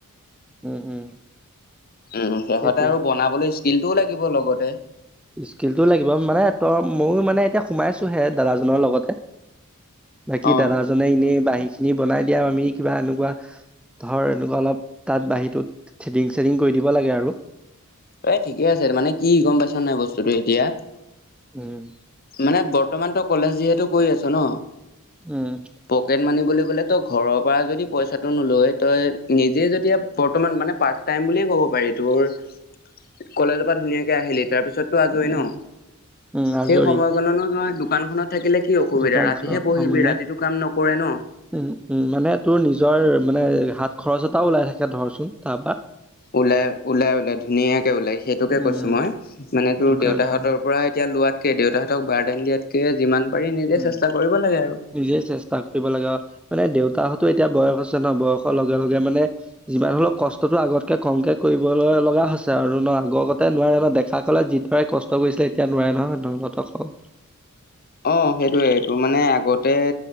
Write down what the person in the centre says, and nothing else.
উম উম।
সেইটোৱে।
স্কিলটো লাগিব মানে তই মইয়ো মানে এতিয়া সোমাইছো হে দাদাজনৰ লগতে বাকী
দাদাজনে এনেই বাঁহী খিনি বনাই দিয়া আমি কিবা এনেকুৱা ধৰ এনেকুৱা অলপ তাত বাহীটোত চেডিং - চেডিং কৰি দিব লাগে আৰু।
উম।
উম।
উম
উম। আজৰি
দোকানখন
অ মানে
উম উম মানে তোৰ নিজৰ মানে হাত খৰচ এটাও ওলাই থাকে ধৰচোন তাৰপা
উম
সেইটো
কাৰণে
আৰু
উম
নিজে চেষ্টা কৰিব লাগে মানে দেউতাহতো এতিয়া বয়স হৈছে ন, বয়সৰ লগে লগে মানে যিমান হলেও কষ্টটো আগতকে কমকে কৰিবলৈ লগা হৈছে, আৰু ন আগৰ গতে নোৱাৰে ন ডেকা কালত যিদৰে কষ্ট কৰিছিলে এতিয়া নোৱাৰে নহয় নহতক।